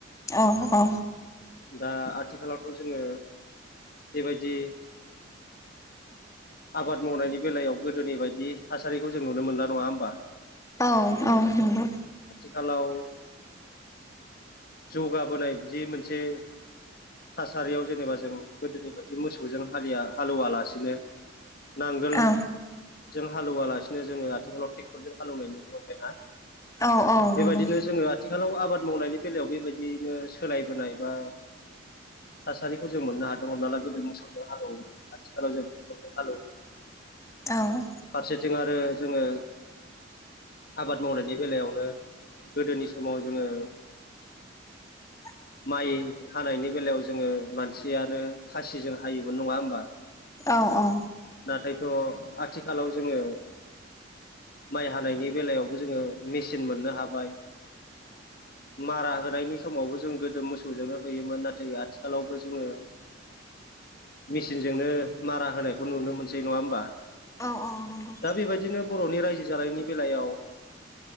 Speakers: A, on the left; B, on the left.
A: अ अ
B: दा आथिखालावथ' जोङो बेबायदि आबाद मावनायनि बेलायाव गोदोनि बायदि थासारिखौ जों नुनो मोनला नङा होमबा?
A: औ औ नंगौ
B: आथिखालाव जौगाबोनाय बिदि मोनसे थासारियाव जेनेबा जों गोदोनि बायदि मोसौजों हलिया हालेवा लासिनो नांगोलजों
A: औ
B: हालेवालासिनो जोङो आथिखालाव ट्रेक्टरजों हालेवनाय नुनो मोनबायना?
A: औ औ नंगौ
B: बेबायदिनो जोङो आरो आथिखालाव आबाद मावनायनि बेलायाव बेबायदिनो सोलायबोनाय बा थासारिखौ जों मोननो हादों हमना ला गोदो मोसौजों हालौ आथिखालाव जि हाल
A: औ
B: फारसेथिं आरो जोङो आबाद मावनायनि बेलायावनो गोदोनि समाव जोङो
A: <inaudible>
B: माइ हानायनि बेलायाव जोङो मानसियानो खासिजों हायोमोन नङा होमबा?
A: औ औ
B: नाथायथ' आथिखालाव जोङो माइ हानायनि बेलायावबो जोङो मेचिन मोननो हाबाय। मारा होनायनि समावबो जों गोदो मोसौजोंनो होयोमोन नाथाय आथिखालावबो जोङो मेसिनजोंनो मारा होनायखौ नुनो मोनसै नङा होमबा?
A: औ औ नंगौ
B: दा बेबायदिनो बर'नि रायजो जानायनि बेलायाव